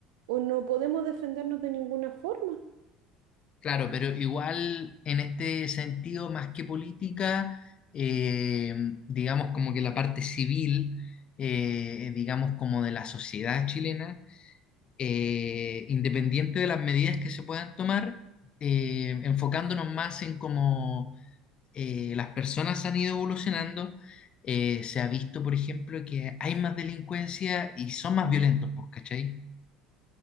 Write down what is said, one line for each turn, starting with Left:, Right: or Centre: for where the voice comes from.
Right: o no podemos defendernos de ninguna forma.
Left: Claro, pero igual en este sentido, más que política, eh, digamos como que la parte civil, eh, digamos como de la sociedad chilena, eh, independiente de las medidas que se puedan tomar, eh, enfocándonos más en cómo eh, las personas han ido evolucionando, eh, se ha visto, por ejemplo, que hay más delincuencia y son más violentos, pues, ¿cachai?